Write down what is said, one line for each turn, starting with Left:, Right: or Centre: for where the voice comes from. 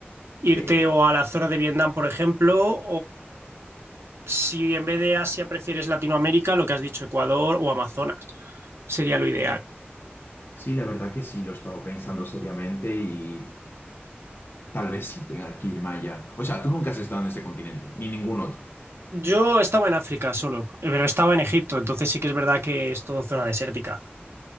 Right: Irte
Left: Sí.
Right: o a la zona de Vietnam, por ejemplo, si en vez de Asia prefieres Latinoamérica, lo que has dicho, Ecuador o Amazonas, sería lo ideal.
Left: Sí, la verdad que sí, lo he estado pensando seriamente y... Tal vez sí tenga que irme allá. O sea, tú nunca has estado en este continente, ni en ningún otro.
Right: Yo estaba en África solo, eh, pero estaba en Egipto, entonces sí que es verdad que es todo zona desértica.